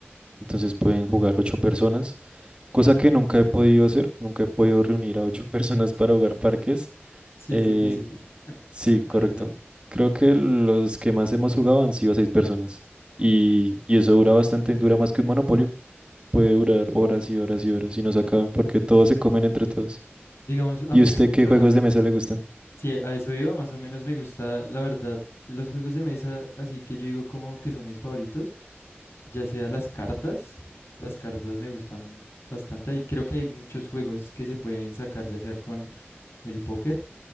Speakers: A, on the right; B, on the left.
A: entonces pueden jugar ocho personas, cosa que nunca he podido hacer, nunca he podido reunir a ocho <laughs> personas para jugar parques.
B: Sí,
A: Eh,
B: es difícil, <laughs>
A: sí,
B: la
A: correcto.
B: verdad.
A: Creo que los que más hemos jugado han sido seis personas y, y eso dura bastante, dura más que un monopolio. Puede durar horas y horas y horas y no se acaba porque todos se comen entre todos.
B: Digamos, a
A: ¿Y
B: mí
A: usted
B: me gusta.
A: qué juegos de mesa le gustan?
B: Sí, a eso iba, más o menos me gusta, la verdad, los juegos de mesa, así que yo digo como que son mis favoritos, ya sea las cartas, las cartas me gustan bastante y creo que hay muchos juegos que se pueden sacar, ya sea con el póker,